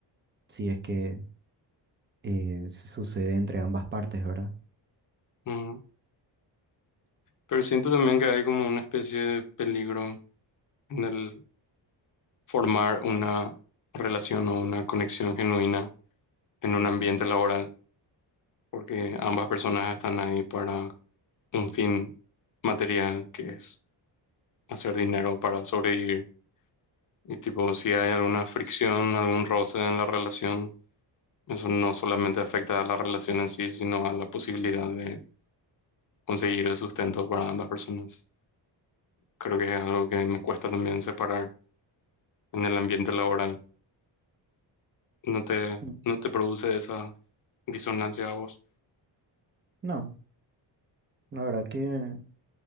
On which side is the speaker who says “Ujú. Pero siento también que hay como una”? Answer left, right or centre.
Left